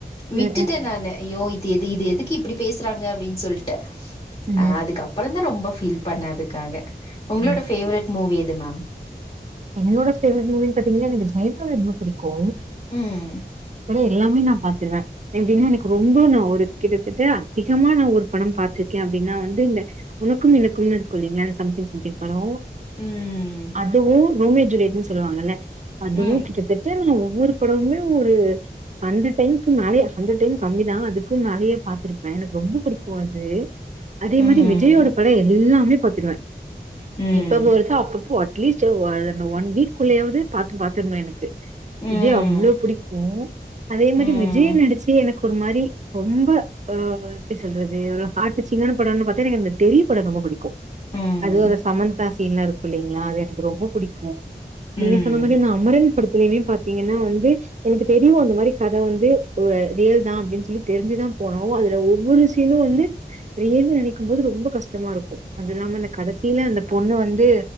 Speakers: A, on the right; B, on the left.
A: ம்,
B: விட்டுட்டே
A: ம்.
B: நானு ஐயோ இது எது இது எதுக்கு இப்டி பேசுறாங்க அப்டின் சொல்ட்டு
A: ம்.
B: அ அதுக்கப் அப்றந்தா ரொம்ப ஃபீல் பண்ணே அதுக்காக உங்களோட
A: ஓகே.
B: ஃபேவரெட் மூவி எது மேம்
A: என்னோட ஃபேவரட் மூவின் பாத்திங்கன்னா எனக்கு <unintelligible> ரொம்ப புடிக்கு
B: ம்.
A: <unintelligible> எல்லாமே நா பாத்துருவே எப்டின்னா எனக்கு ரொம்ப நா ஒரு கிட்டத்தட்ட அதிகமா நா ஒரு படொ பாத்ருக்கே அப்டின்னா வந்து இந்த உனக்கும் எனக்கும்னு இருக்கு இல்லைங்ளா சம்திங் சம்திங் படோ
B: ம்.
A: அதுவு ரோமியோ ஜூலியட்னு சொல்லுவாங்கல்ல அதுவு
B: ம்.
A: கிட்டத்தட்ட ஒவ்வொரு படமுமே ஒரு ஹண்ட்ரட் டைம்க்கு மேலயே ஹண்ட்ரட் டைம் கம்மி தா அதுக்கு மேலயே பா்த்துருப்பே எனக்கு ரொம்ப புடிக்கு அது அதே
B: ம்.
A: மாரி விஜய்யோட படொ எல்லாமே பாத்துருவே
B: ம்.
A: எப்பப்போ வருதோ அப்பப்போ அட்லீஸ்ட் ஒரு ஒன் வீக் குள்ளயாவது பாத்து பாத்தர்ணு எனக்கு
B: ம்.
A: விஜய் அவ்ளோ புடிக்கு அதே மாரி
B: ம்.
A: விஜய் நடிச்சு எனக் ஒரு மாரி ரொம்ப அ எப்டி சொல்றது ஹாட் டச்சிங்கான படோன்னு பாத்தா எனக்கு அந்த தெரி படொ ரொம்ப புடிக்கு
B: ம். ம்.
A: அதுவு அந்த சமந்த்தா சீன்லா இருக்கு இல்லைங்ளா அது எனக்கு ரொம்ப புடிக் நீங்க
B: ம்.
A: சொன்ன மாரிஅந்த அமரன் படத்திலய்மே பாத்திங்கன்னா வந்து எனக்கு தெரியு அந்த மாரி கத வந்து ஒ அ ரியல் தா அப்டின் சொல்லி தெரிஞ்சுதா போனோ அதுல ஒவ்வொரு சீனு வந்து ரியல்னு நெனக்கும் போது ரொம்ப கஷ்டமா இருக்கு அது இல்லாம அந்த கடசில அந்த பொண்ணு வந்து